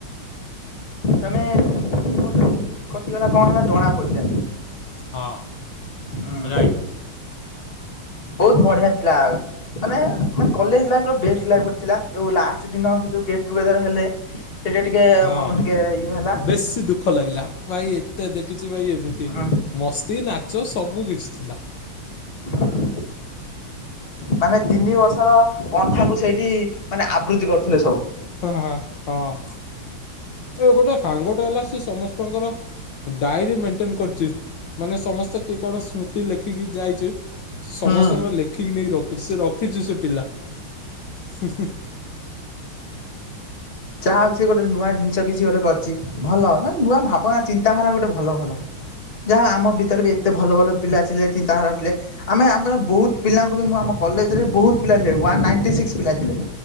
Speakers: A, on the left; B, on the left.
A: ତମେ ତିନି ବର୍ଷ କିମିତି କଟିଗଲା କଣ ହେଲା ଜଣାପଡ଼ିଲାନି।
B: ହଁ।
A: ହୁଁ
B: ରାଇଟ୍
A: ବହୁତ ବଢିଆ ଥିଲା ମାନେ ମାନେ କଲେଜ ଲାଇଫର ବେଷ୍ଟ ଲାଇଫ ଗୋଟେ ଥିଲା ଯୋଉ ଲାଷ୍ଟ ଦିନ ଯୋଉ ଗେଟ୍ ଟୁଗେଦର ହେଲେ ସେଟା ଟିକେ
B: ହଁ
A: ମନ ଟିକେ ଇଏ ହେଲା।
B: ବେଶୀ ଦୁଃଖ ଲାଗିଲା ଭାଇ ଏତେ ଦେଖିଚି ଭାଇ ଏମିତି
A: ଉଁ
B: ମସ୍ତି ନାଚ ସବୁ କିିଛି ଥିଲା।
A: ଉଁ ମାନେ ତିନି ବର୍ଷର ପନ୍ଥାକୁ ସେଇଠି ମାନେ ଆବୃତି କରୁଥିଲେ ସବୁ।
B: <unintelligible> ହଁ ଏ ଗୋଟେ ସାଙ୍ଗଟେ ହେଲା ସେ ସମସ୍ତଙ୍କର ଡାଏରୀ ମେଣ୍ଟେନ କରିଛି ମାନେ ସମସ୍ତେ କିଏ କଣ ସ୍ମୃତି ଲେଖିକି ଯାଇଛି। ସମସ୍ତଙ୍କର
A: ହୁଁ
B: ଲେଖିକି ନେଇକି ରଖିଚି ସେ ରଖିଚି ସେ ପିଲା ହୁଁ ହୁଁ।
A: ଯାହା ହଉ ସିଏ ଗୋଟେ ନୂଆ ଜିନିଷ କିଛି ଗୋଟେ କରିଚି ଭଲ ନୂଆ ଭାବନା ଚିନ୍ତାଧାରା ଗୋଟେ ଭଲ ଭଲ। ଯାହା ହଉ ଆମ ଭିତରେ ଏତେ ଭଲ ଭଲ ପିଲା ଥିଲେ ଚିନ୍ତାଧାରା ଥିଲେ। ଆମେ ଆମର ବହୁତ ପିଲାଙ୍କୁ ବି ମୁଁ ଆମ କଲେଜରେ ବହୁତ ପିଲା ଥିଲେ ୱାନ ନାଇଟି ସିକ୍ସ ପିଲା ଥିଲେ।